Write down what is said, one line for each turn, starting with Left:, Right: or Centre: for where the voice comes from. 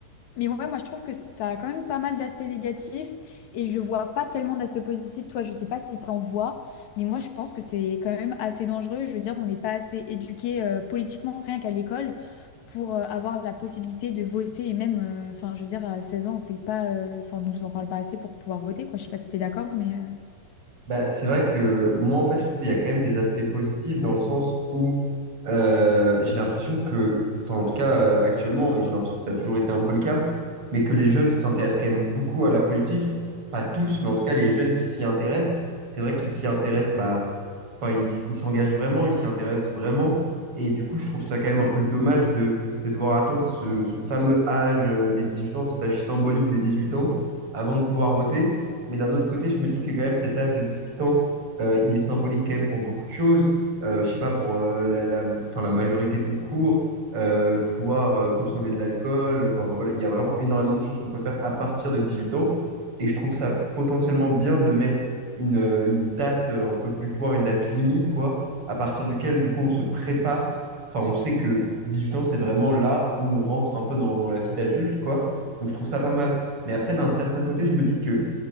Left: mais ouais, moi je trouve que ça a quand même pas mal d'aspects négatifs et je vois pas tellement d'aspects positifs. Toi, je sais pas si t'en vois, mais moi je pense que c'est quand même assez dangereux. Je veux dire, on n'est pas assez éduqué euh, politiquement, rien qu'à l'école, pour euh, avoir la possibilité de voter et même, euh, enfin, je veux dire, à 16 ans, on sait pas, euh, enfin, on nous en parle pas assez pour pouvoir voter, quoi. Je sais pas si t'es d'accord, mais. euh,
Right: Bah, c'est vrai que moi, en fait, je trouve qu'il y a quand même des aspects positifs dans le sens où euh, j'ai l'impression que, enfin, en tout cas, euh, actuellement, et j'ai l'impression que ça a toujours été un peu le cas, mais que les jeunes s'intéressent quand même beaucoup à la politique. Pas tous, mais en tout cas, les jeunes qui s'y intéressent, c'est vrai qu'ils s'y intéressent, bah, enfin, ils ils s'engagent vraiment, ils s'y intéressent vraiment. Et du coup, je trouve ça quand même un peu dommage de, de devoir attendre ce, ce fameux âge euh, des 18 ans, cet âge symbolique des 18 ans, avant de pouvoir voter. Mais d'un autre côté, je me dis que quand même cet âge de 18 ans, euh, il est symbolique quand même pour beaucoup de choses. Euh, je sais pas, pour euh, la, la, enfin, la majorité tout court, euh, pouvoir euh, consommer de l'alcool. Enfin enfin, voilà, il y a vraiment énormément de choses qu'on peut faire à partir de 18 ans. Et je trouve ça potentiellement bien de mettre une, euh, une date euh, un peu butoir, une date limite, quoi, à partir duquel, du coup, on se prépare. Enfin, on sait que 18 ans, c'est vraiment là où on rentre un peu dans, dans la vie d'adulte, quoi. Donc je trouve ça pas mal. Mais après, d'un certain côté, je me dis que